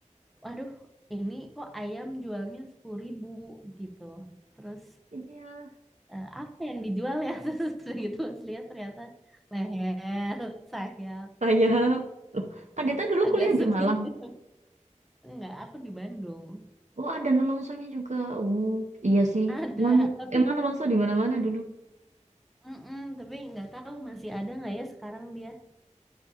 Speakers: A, in the centre; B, on the right.
A: waduh ini kok ayam jualnya sepuluh ribu gitu terus
B: Iya,
A: eh, apa yang dijual ya <laughs> terus udah gitu pas lihat ternyata leher sayap
B: sayap. Loh, Kak Dita dulu
A: agak
B: kuliah di
A: sedih
B: Malang.
A: sih enggak aku di Bandung
B: Oh, ada nolongsonya juga. Oh, iya sih.
A: ada
B: Emang
A: tapi
B: emang nolongso di mana-mana dulu.
A: mm-mm, tapi nggak tahu masih ada nggak ya sekarang dia